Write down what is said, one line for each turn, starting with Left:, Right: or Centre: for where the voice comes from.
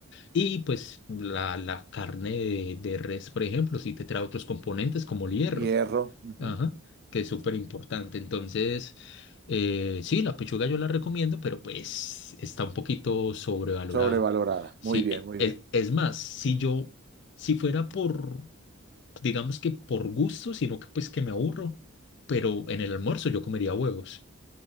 Left: Y pues la, la carne de, de res, por ejemplo, si te trae otros componentes como el hierro,
Right: <laughs> Hierro, ujú.
Left: ajá, que es súper importante. Entonces, eh, sí, la pechuga yo la recomiendo, pero pues está un poquito sobrevalorada.
Right: Sobrevalorada.
Left: Sí,
Right: Muy bien,
Left: e-
Right: muy
Left: es,
Right: bien.
Left: es más, si yo, si fuera por digamos que por gusto, sino que pues que me aburro, pero en el almuerzo yo comería huevos,